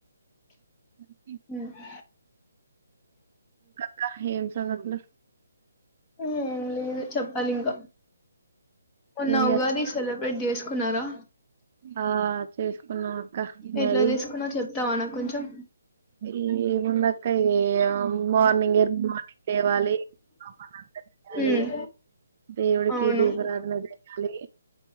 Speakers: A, on the right; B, on the left.
A: అ
B: హమ్
A: ఇంకా ఏం సంగతులు
B: హమ్ లేదు చెప్పాలి ఇంకా మొన్న
A: ఏం చేస్తున్నారు
B: ఉగాది సెలబ్రేట్ దవస్ కున్నారా
A: ఆ చేసుకున్నాం అక్క మరి
B: ఎట్లా చేసుకున్నావ్ చెప్తావా నాకు కొంచెం
A: ఈముంద అక్క ఏమ్ మార్నింగ్ మార్నింగ్ తేవాలి పానంత చేయాలి
B: ఉమ్
A: దేవుడికి
B: అవును
A: దీపారధన చేయాలి